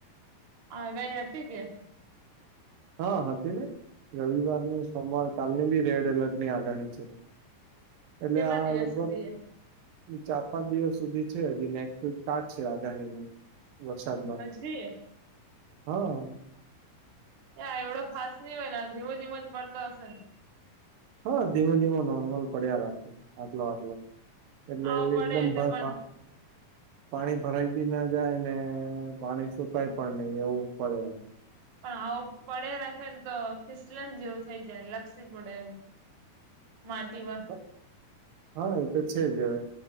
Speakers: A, on the right; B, on the right.
A: હા ગઈ હતી કે.
B: હા હતી ને રવિવારની સોમવાર કાલની બી રેડ એલર્ટ ની આગાહી છે. એટલે
A: કેટલા
B: આ
A: દિવસ
B: લગભગ.
A: સુધી એ
B: ચાર પાંચ દિવસ સુધી છે હજી નેક્સ્ટ વીક કારજ છે આગાહી ન. વરસાદમાં
A: હજી
B: હા.
A: ના એવડો ફાસ્ટ નહ હોય ને ધીમ ધીમો જ પડતો હશે ને.
B: હા ધીમો ધીમો નોર્મલ પડ્યા રાખે આટલો આટલો. એટલે
A: આવો પડે
B: એકદમ
A: તો
B: ભ પા.
A: <inaudible>
B: પાણી ભરાઈ બી ના જાય ને પાણી સુકાય પણ નઈ એવું પડેમ.
A: પણ આવો પડે રાખે ને તો ફિસલન જેવું થઈ જાય લપસી પડે એવું. માટીમાં
B: હ. હા એ તો છે જ હવે.